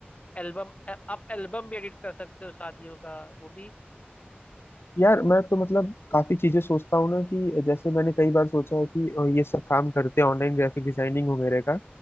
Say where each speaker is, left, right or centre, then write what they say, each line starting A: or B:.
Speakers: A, on the left; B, on the left.
A: एल्बम आप एल्बम भी एडिट कर सकते हो शादियों का वो भी
B: यार मैं तो मतलब काफी चीजें सोचता हूँ ना कि जैसे मैंने कई बार सोचा है कि अ, ये सब काम करते हैं ऑनलाइन ग्राफिक डिजाइनिंग वगैरह का